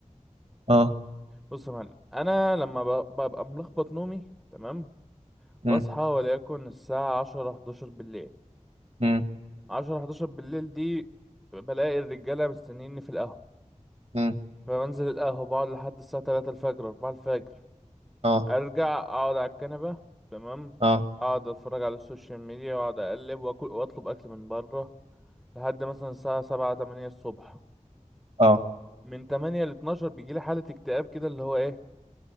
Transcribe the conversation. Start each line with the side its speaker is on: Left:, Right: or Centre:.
Right: اه
Centre: بص يا معلم انا لما ب- ببقى ملخبط نومي تمام
Right: امم
Centre: بصحى وليكن الساعه 10 11 بالليل
Right: امم
Centre: 10 11 بالليل دي بلاقي الرجاله مستنيني في القهوه
Right: امم
Centre: فبنزل القهوه بقعد لحد الساعه 3 الفجر 4 الفجر
Right: اه
Centre: ارجع اقعد على الكنبه تمام
Right: اه
Centre: اقعد اتفرج على السوشيال ميديا واقعد اقلب واكل واطلب اكل من بره لحد مثلا الساعه 7 8 الصبح
Right: اه
Centre: من 8 ل 12 بيجيلي حاله اكتئاب كده اللي هو ايه